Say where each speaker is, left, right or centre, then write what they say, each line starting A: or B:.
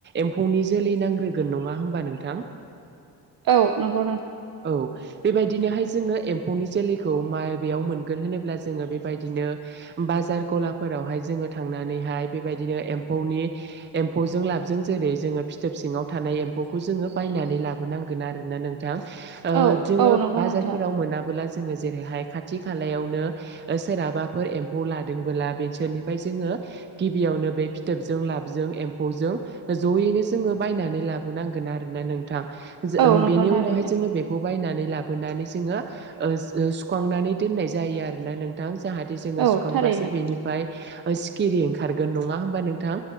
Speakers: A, on the right (about 25°); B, on the right (about 55°).
A: एम्फौनि जोलै नांग्रोगोन नङा होमबा नोंथां?
B: औ नंगौ नों
A: औ बेबायदिनोहाय जोङो एम म्फौनि जोलैखौ मा बेयाव मोनगोन होनोब्ला जोङो बेबायदिनो बाजार गलाफोरावहाय जोङो थांनानैहाय बेबायदिनो एम्फौनि एम्फौजों लाबजों जेरै जोङो फिथोब सिङाव थानाय एम्फौखौ जोङो बायनानै लाबो नांगोन आरो ना नोंथां ओ
B: औ
A: जोङो
B: औ नंगौ
A: बाजारफोराव
B: नोंथां
A: मोना बोला जोङो जेरैहाय खाथि खालायावनो ओ सोरहाबाफोर एम्फौ लादोंबोला बेसोरनिफ्राय जोङो गिबियावनो बे फिथोबजों लाबजों एम्फौजों ज'यैनो जोङो बायनानै लाबोनांगोन आरोना नोंथां।
B: औ नंगौ
A: बेनि
B: थारैनो
A: उनावहाय जोङो बेखौ बायनानै लाबोनानै जोङो ओ सुखांनानै दोननाय जायो आरोना नोंथां जाहाथे जोङो
B: औ
A: सुखांबासो
B: थारैनो
A: बेनि ओमफ्राय सिखिरि ओंखारगोन नङा होमबा नोंथां